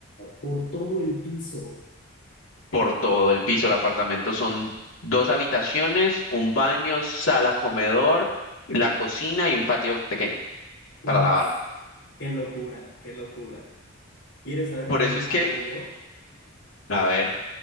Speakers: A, on the left (about 55°); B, on the left (about 85°).
A: por todo el piso.
B: por todo el piso. El apartamento son dos habitaciones, un baño, sala, comedor, la cocina y un patio pequeño.
A: Uf,
B: para lavar.
A: qué locura, qué locura. ¿Quieres saber
B: Por
A: cuánto
B: eso es
A: pago
B: que,
A: yo?
B: a ver,